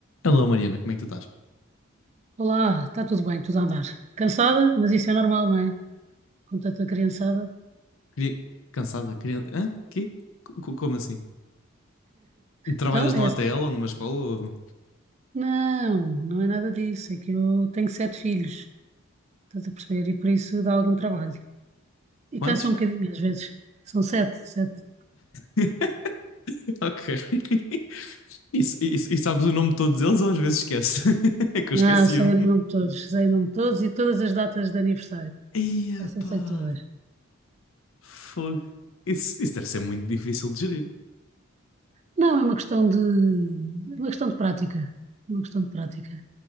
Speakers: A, on the left; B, on the right.
A: Alô, Mariana, como é que tu estás?
B: Olá, está tudo bem, tudo a andar. Cansada, mas isso é normal, não é? Com tanta criançada.
A: Queria... Cansada? Queria... Hã? Quê? Co- co- Como assim? Trabalhas
B: Então,
A: numa
B: é... assim.
A: ATL ou numa escola? Ou...
B: Não, não é nada disso. É que eu tenho sete filhos, estás a perceber? E por isso dá algum trabalho. E
A: Quantos?
B: cansa um bocadinho, às vezes. São sete, sete.
A: <laughs> Ok. <laughs> E, s- e s- e sabes o nome de todos eles ou às vezes esquece? <laughs> É que
B: Não,
A: eu esquecia-me.
B: sei o nome de todos, sei o nome de todos e todas as datas de aniversário.
A: Eia,
B: Essa
A: pá.
B: sei todas.
A: Fogo. Isso, isso deve ser muito difícil de gerir.
B: Não, é uma questão de... é uma questão de prática. Uma questão de prática.